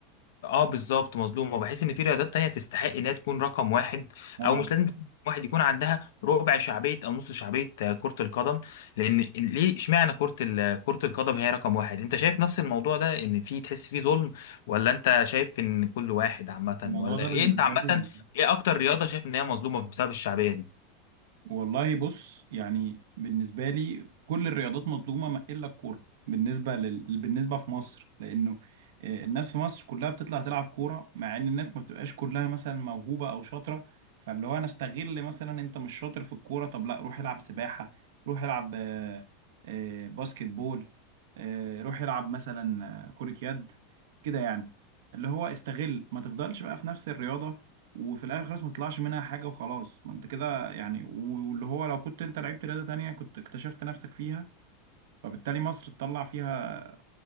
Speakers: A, on the left; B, on the right.
A: اه بالظبط مظلومه بحيث ان في رياضات تانية تستحق انها تكون رقم واحد
B: اه
A: او مش لازم تكون رقم واحد يكون عندها ربع شعبيه او نص شعبيه آه، كره القدم لان ليه اشمعنى كره ال- كره القدم هي رقم واحد انت شايف نفس الموضوع ده ان في تحس فيه ظلم ولا انت شايف ان كل واحد عامه
B: الموضوع
A: ولا
B: ده
A: ايه
B: بالنسبة
A: انت عامه
B: لي
A: ايه اكتر رياضه شايف ان هي مظلومه بسبب الشعبيه دي
B: والله بص يعني بالنسبة لي كل الرياضات مظلومة ما إلا الكورة بالنسبة لل... بالنسبة في مصر لأنه آه، الناس في مصر كلها بتطلع تلعب كورة مع إن الناس ما بتبقاش كلها مثلا موهوبة أو شاطرة فاللي هو أنا استغل مثلا أنت مش شاطر في الكورة طب لا روح العب سباحة روح العب آه، آه، باسكت بول آه، روح العب مثلا آه، كرة يد كده يعني اللي هو استغل ما تفضلش بقى في نفس الرياضة وفي الاخر خالص ما تطلعش منها حاجه وخلاص ما انت كده يعني واللي هو لو كنت انت لعبت رياضة تانية كنت اكتشفت نفسك فيها فبالتالي مصر تطلع فيها